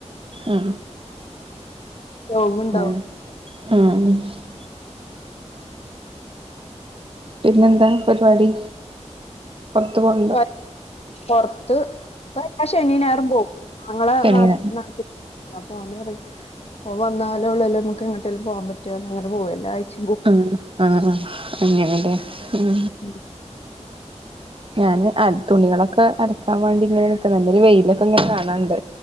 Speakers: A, on the right; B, on the left.
A: ഉ
B: രോഗണ്ടാവും
A: <unintelligible> പിന്നെന്താ പരിവാടി പൊറത്ത് പോക
B: <unintelligible> പൊറത്ത് ഇപ്പ എല്ലാ ശനീം ഞായറും പോവും ഞങ്ങളാ
A: എങ്ങനെ
B: നാ നാട്ടിൽ ആഹ് പോനെറി ഓള് വന്നാലോ ഉള്ള് നമുക്ക് എങ്ങട്ടേലും പോവാൻ പറ്റു അങ്ങനെ പോവും എല്ലാ ആഴ്ച്ച
A: ആഹ് ആഹാ അങ്ങനെല്ലെ ഉം
B: <unintelligible>
A: ഞാന് അ തുണികളൊക്കെ അലക്കാൻ വേണ്ടി ഇങ്ങനെ നിക്ക നല്ലൊരു വെയിലൊക്കെ ഇങ്ങനെ കാണാണ്ട്